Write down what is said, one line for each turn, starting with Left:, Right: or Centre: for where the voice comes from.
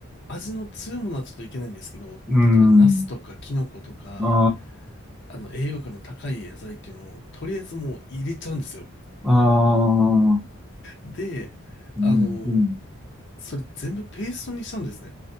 Left: 味の強いものはちょっといけないんですけど、
Centre: うん。
Left: 例えばナスとかキノコとか、
Centre: あ
Left: あの、栄養価の高い野菜っていうのを、とりあえずもう入れちゃうんですよ。
Centre: あ、ああ、
Left: で、
Centre: うん、
Left: あの、
Centre: うん。
Left: それ全部ペーストにしたんですね。